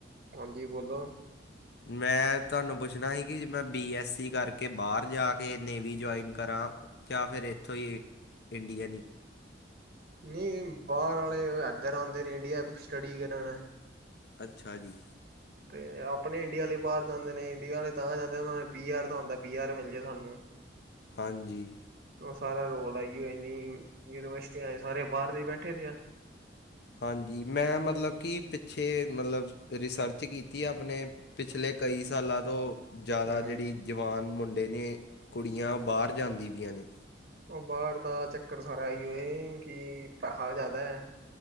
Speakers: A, on the right (about 45°); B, on the left (about 60°).
A: ਹਾਂਜੀ ਬੋਲੋ।
B: <inaudible> ਮੈਂ ਤਾਨੂੰ ਪੁੱਛਣਾ ਸੀ ਕਿ ਜੇ ਮੈਂ ਬੀ ਐਸ ਸੀ ਕਾਰਕੇ ਬਾਰ ਜਾ ਕੇ ਨੇਵੀ ਜੁਆਏਨ ਕਰਾਂ ਜਾਂ ਫੇਰ ਏਥੋਂ ਈ ਇੰਡੀਅਨ ਈ?
A: ਨਹੀਂ ਬਾਰ ਆਲੇ ਏਦੱਰ ਆਂਦੇ ਨੇ, ਇੰਡੀਆ ਚ ਸਟੱਡੀ ਕਰਣ
B: ਅੱਛਾ ਜੀ।
A: ਤੇ ਆਪਣੇ ਇੰਡੀਆ ਅਲੇ ਬਾਰ ਜਾਂਦੇ ਨੇ, ਇੰਡੀਆ ਆਲੇ ਤਾਂ ਜਾਂਦੇਨ ਓਨਾਂਨ ਪੀ ਆਰ ਦਾ ਹੁੰਦੈ, ਪੀ ਆਰ ਮਿਲ ਜੇ ਸਾਨੂੰ।
B: ਹਾਂਜੀ।
A: ਓ ਸਾਰਾ ਰੋਲ ਐਈ ਏ ਨੀ, ਯੂਨੀਵਸਿਟੀਆਂ ਲੇ ਸਾਰੇ ਬਾਰ ਦੇ ਬੈਠੇ ਦੇ ਆਂ।
B: ਹਾਂਜੀ, ਮੈਂ ਮਤਲਬ ਕਿ ਪਿੱਛੇ ਮਤਲਬ ਰਿਸਰਚ ਕੀਤੀ ਅਪਨੇ ਪਿਛਲੇ ਕਈ ਸਾਲਾਂ ਤੋਂ ਜਾਦਾ
A: ਹਮ।
B: ਜੇੜੀ ਜਵਾਨ ਮੁੰਡੇ ਨੇ, ਕੁੜੀਆਂ, ਬਾਰ ਜਾਂਦੀ ਪੀਆਂ ਨੇ।
A: ਓ ਬਾਰ ਦਾ ਚੱਕਰ ਸਾਰਾ ਐਈਓ ਏ ਕਿ ਪੈਹਾ ਜਾਦਾ ਐ,